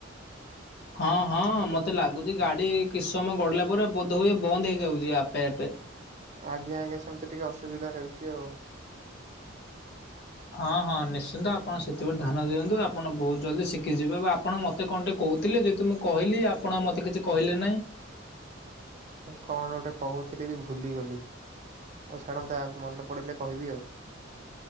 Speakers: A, on the left; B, on the right.
A: ହଁ ହଁ ମତେ ଲାଗୁଚି ଗାଡ଼ି କିଛି ସମୟ ଗଡିଲା ପରେ ବୋଧହୁଏ ବନ୍ଦ ହେଇଯାଉଚି ଆପେ ଆପେ।
B: ଆଜ୍ଞା ଆଜ୍ଞା ସେମିତି ଟିକେ ଅସୁବିଧା ହେଉଚି ଆଉ।
A: ହଁ ହଁ ନିଶ୍ଚିନ୍ତ ଆପଣ ସେଥିପତି ଧ୍ୟାନ ଦିଅନ୍ତୁ ଆପଣ ବହୁତ୍ ଜଲ୍ଦି ସିଖିଯିବେ ବା ଆପଣ ମତେ କଣ ଟିକେ କହୁଥିଲେ ଯେହେତୁ ମୁଁ କହିଲି ଆପଣ ମୋତେ କିଛି କହିଲେ ନାହିଁ।
B: ମୁଁ କଣ ଗୋଟେ କହୁଥିଲିବି ଭୁଲିଗଲି। ହଉ ଛାଡ଼ନ୍ତୁ ମନେ ପଡ଼ିଲେ କହିବି ଆଉ।